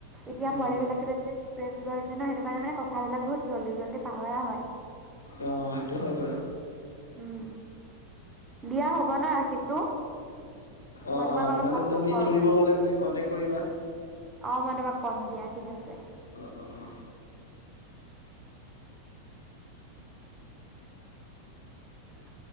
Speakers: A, on the right; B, on the left.
A: এতিয়া
B: উম
A: পোৱালি বিলাকে বেছি ষ্ট্ৰেছ লৈ আছে ন সেইটো কাৰণে মানে কথাবিলাক বহুত জল্দি জল্দি পাহৰা হয়।
B: অঁ সেইটো হয় বাৰু।
A: উম, দিয়া হ'ব ন ৰাখিছো। মই
B: অঁ
A: তোমাক
B: অঁ
A: অলপ
B: মানে
A: পাছত
B: তুমি
A: কল
B: ফুৰিব গলে মানে কন্টেক কৰিবা।
A: অঁ মই তোমাক কম দিয়া ঠিক আছে।
B: অ অ অ
A: <inaudible> <inaudible>